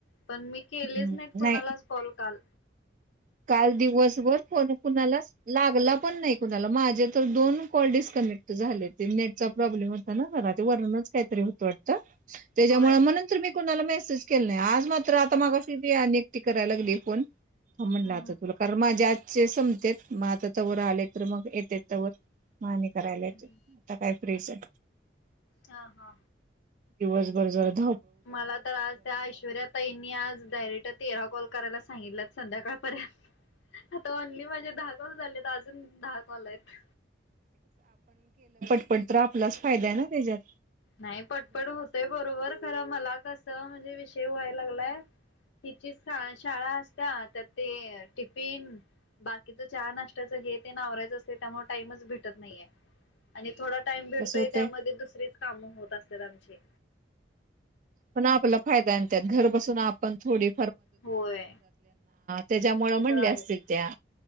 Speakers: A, on the left; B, on the right.
A: पण मी केलेच
B: हम्म
A: नाहीत कोणालाच
B: नाही
A: कॉल काल.
B: काल दिवसभर फोन कुणालाच लागला पण नाही कुणाला माझे तर दोन कॉल डिस्कनेक्ट झाले ते नेटचा प्रॉब्लेम होता ना जरा ते वरनच काहीतरी होत वाटत. त्याज्यामुळे
A: होय
B: म्हणून तर मी कोणाला मेसेज केल नाही आज मात्र आता मगशी अनेकएकटी कराय लागली फोन. म्हणल
A: हम्म
B: आता तुला कारण माझे आज से संमतेेत मग आता तवर आले तर मग येतेत तवर म आणि करायला येत
A: हम्म
B: आता काय फ्री च ये.
A: हा हा
B: दिवसभर झ
A: मला तर आज त्या ऐश्वर्या तईंनी आज डायरेक्ट तेरा कॉल करायला सांगितलं संध्याकाळपर्यंत आता ओनली माझे दहा कॉल झालेत. अजून दहा कॉल आहेत.
B: पण तर आपलाच फायदा आहे ना त्याज्यात
A: नाही पटपट होतय बरोबर खरं मला कसं म्हणजे विषय व्हायला लागलाय हिची सा शाळा असत्या त्यात ते टिफिन बाकीचं चहा नाष्ट्याचं हे तेन आवरायचं अस ते त्यामुळ टाईमच भेटत नाहीये आणि थोडा टाईम भेडतोय
B: कसं होतंय
A: त्यामध्ये दुसरीच काम होत असात्यात आमची.
B: पण आपला फायदा हायन त्यात घर बसून आपण थोडी
A: होय
B: त्याच्यामुळे
A: ते
B: म्हणल्या
A: तर आहेच
B: असतील त्या